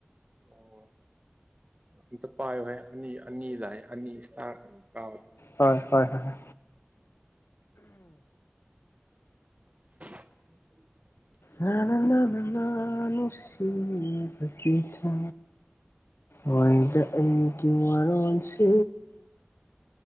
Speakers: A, on the right (about 35°); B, on the left (about 75°).
A: ꯑꯣ ꯑꯝꯇ ꯄꯥꯏꯌꯨ ꯍꯥꯏꯦ ꯑꯅꯤ ꯑꯅꯤ ꯂꯥꯛꯑ ꯑꯅꯤ ꯏꯁꯔ ꯑꯅꯤ ꯀꯥꯕ
B: ꯍꯣꯏ ꯍꯣꯏ ꯍꯣꯏ
A: ꯎꯝ
B: ꯅꯅ ꯅ ꯅ ꯅꯅꯁꯤꯕꯕꯤꯊ ꯍꯣꯏꯗ ꯑꯅꯤ ꯀ ꯃꯔꯔꯣꯟ ꯁ